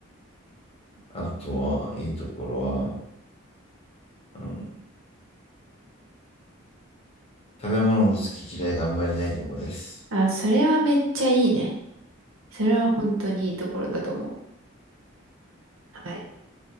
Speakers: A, on the left (about 30°); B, on the right (about 75°).
A: あとは、いいところは、うん、食べ物の好き嫌いがあんまりないとこです。
B: あ、それはめっちゃいいね。それは本当にいいところだと思う。はい。